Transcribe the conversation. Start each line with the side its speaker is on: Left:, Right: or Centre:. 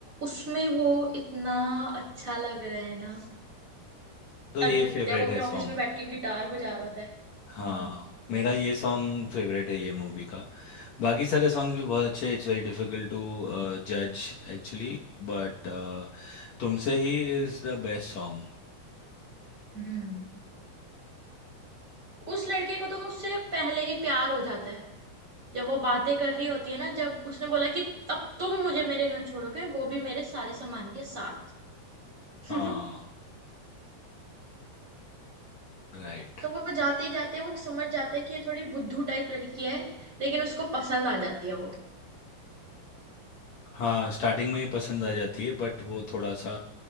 Right: उसमें वो इतना अच्छा लग रहा है ना
Left: तो
Right: आदित्य
Left: ये फेवरेट
Right: वो अपने
Left: है
Right: ऑफिस
Left: सॉन्ग
Right: में बैठ के गिटार बजा रहा होता है
Left: हाँ
Right: हाँ
Left: मेरा
Right: यस
Left: ये सॉन्ग फेवरेट है ये मूवी का बाकी सारे सॉन्ग्स भी बहुत अच्छे इट्स वेरी डिफिकल्ट टू जज एक्चुअली बट तुमसे ही इज द बेस्ट सॉन्ग
Right: हम्म उस लड़के को तो उससे पहले ही प्यार हो जाता है जब वो बातें कर रही होती है ना जब उसने बोला कि अब तुम मुझे मेरे घर छोड़ोगे वो भी मेरे सारे सामान के साथ <laughs>
Left: हाँ राइट
Right: तो वो जाते ही जाते वो समझ जाता है कि ये थोड़ी बुद्धू टाइप लड़की है लेकिन उसको पसंद आ जाती है वो
Left: हाँ स्टार्टिंग में ही पसंद आ जाती है बट वो थोड़ा सा